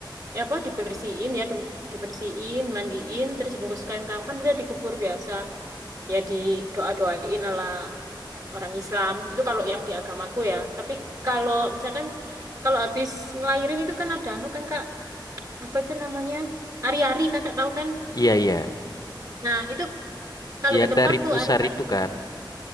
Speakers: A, on the right; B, on the left.
A: ya apa dibersihin ya di- dibersihin mandiin terus dibungkus kain kafan udah dikubur biasa ya didoa doain ala orang Islam itu kalau yang di agamaku ya tapi kalau misalkan kalau habis ngelahirin itu kan ada anu kan kak apa itu namanya ari-ari kakak tahu kan
B: iya iya
A: nah itu kalau
B: yang
A: di tempatku
B: dari pusar
A: ari-ari
B: itu kan?